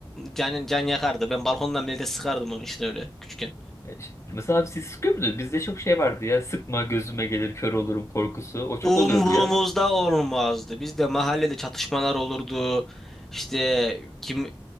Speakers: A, in the centre; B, on the left (about 30°).
A: can, can yakardı. Ben balkondan millete sıkardım onu işte öyle küçükken.
B: E, ş- Mesela abi siz sıkıyor muydunuz? Bizde çok şey vardı ya. Sıkma gözüme gelir kör olurum korkusu. O çok
A: Umrumuzda
B: oluyordu ya.
A: olmazdı. Bizde mahallede çatışmalar olurdu. İşte kim